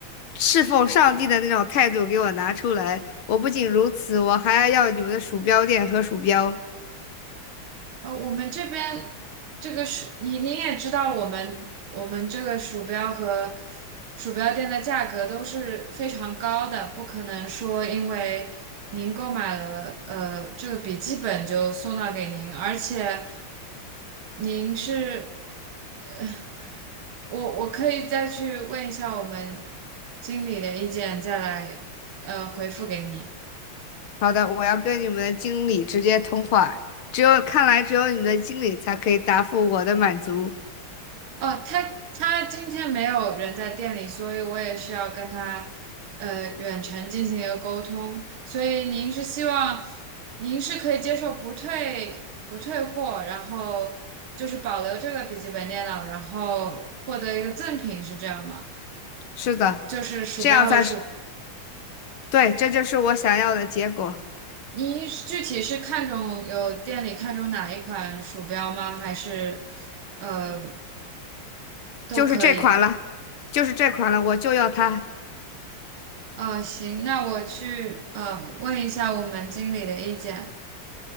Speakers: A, on the left; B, on the right.
A: 侍奉上帝的那种态度给我拿出来。我不仅如此，我还要你们的鼠标垫和鼠标。
B: 呃，我们这边这个是你你也知道，我们我们这个鼠标和鼠标垫的价格都是非常高的，不可能说因为您购买了呃这个笔记本就送到给您，而且您是，呃我我可以再去问一下我们经理的意见，再来呃回复给你。
A: 好的，我要跟你们的经理直接通话。只有，看来只有你们的经理才可以答复我的满足。
B: 哦，他他今天没有人在店里，所以我也是要跟他呃远程进行一个沟通。所以您是希望您是可以接受不退不退货，然后就是保留这个笔记本电脑，然后获得一个赠品，是这样吗？
A: 是的，
B: 就是鼠标和鼠，
A: 这样才是，对，这就是我想要的结果，
B: 您具体是看中有店里看中哪一款鼠标吗？还是呃都可以？
A: 就是这款了，就是这款了，我就要它。
B: 呃，行，那我去呃问一下我们经理的意见。